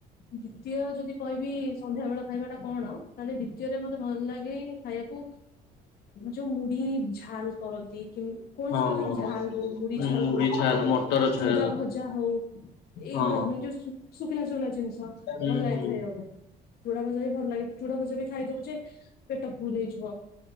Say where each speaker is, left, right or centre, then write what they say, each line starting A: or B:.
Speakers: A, on the left; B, on the left.
A: ଦ୍ଵିତୀୟ ଯଦି କହିବି ସନ୍ଧ୍ୟାବେଳ ଖାଇବା ଟା କଣ ତାହେଲେ ଦ୍ଵିତୀୟରେ ମତେ ଭଲ ଲାଗେ ଖାଇବା କୁ ଯୋଉ ମୁଢି ଝାଲ କରନ୍ତି କି କୌଣସି
B: ହଁ
A: ପ୍ରକାର ଝାଲ ହଉ ମୁଡି ଝାଲ
B: ମୁଢି
A: ହଉ,
B: ଝାଲ ମଟର ଝାଲ
A: ଚୁଡ଼ା ଭଜା ହଉ ଏଇଗୁଡାକ
B: ହଁ
A: ମାନେ ଯୋଉ ଶୁଖିଲା ଶୁଖିଲା ଜିନିଷ
B: ହୁଁ
A: ଭଲ ଲାଗେ
B: ହୁଁ
A: ଖାଇବାକୁ। ଚୁଡା ଭଜା ବି ଭଲ ଲାଗେ ଚୁଡା ଭଜା ବି ଖାଇଦବୁ ଯେ ପେଟ ଫୁଲ ହେଇଯିବ।